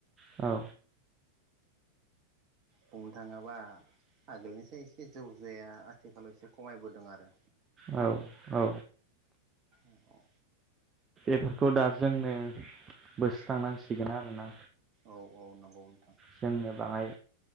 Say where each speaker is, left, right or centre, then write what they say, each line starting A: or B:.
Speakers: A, on the right; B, on the right.
A: औ।
B: बुंनो थाङोबा आगोलनिसो एसे जौ जुवाया आथिखालाव एसे खमायबोदों आरो
A: औ औ।
B: ओ औ।
A: बेफोरखौ दा जोंनो बोस्रांनांसिगोन आरोना।
B: औ औ नंगौ नोंथां।
A: जोंनो बाङाय